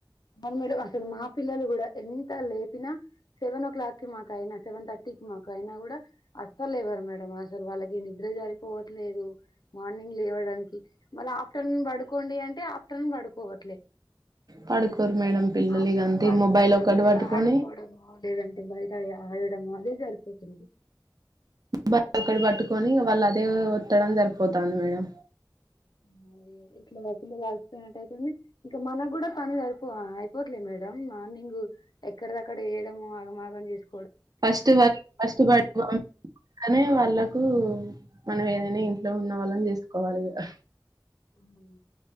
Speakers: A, on the left (about 60°); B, on the right (about 55°).
A: అవును మేడం అసలు మా పిల్లలు కూడా ఎంత లేపినా సెవెన్ ఓ క్లాక్ కి మాక అయినా సెవెన్ థర్టీ క మాకు అయినా కూడా అసలు లేవరు మేడం అసలు వాళ్ళకి నిద్ర జరిపోవట్లేదు మార్నింగ్ లేవడానికి మళ ఆఫ్టర్నూన్ బడుకోండి అంటే ఆఫ్టర్నూన్ పడుకోవట్లే
B: పడుకోరు మేడం పిల్లలు
A: ఆఫ్టేర్నూన్
B: ఇగ అంతే
A: పాడుకోకుండా
B: మొబైల్ ఒకటి
A: పిల్లలు
B: పట్టుకొని
A: ఆడుకొవడము లేదంటే బయట అయి ఆడడము అదే సరిపోతుంది
B: బా ఒకటి పట్టుకొని వాళ్ళు అదే వత్తడం సరిపోతుంది మేడం
A: అది ఇట్లా మా పిల్లలు అలిసిపోయినట్టు అయితుంది ఇంకా మనకు కూడా పని సరిపో అయిపోట్లే మేడం మార్నింగ్ ఎక్కడదక్కడ ఏయడం ఆగం ఆగం చేసుకు
B: ఫస్ట్ వాళ్ళ ఫస్ట్ <inaudible> కానీ వాళ్ళకు మనం ఏదైనా ఇంట్లో ఉన్న వాళ్ళని చేసుకోవాలి ఇగ
A: ఆహ్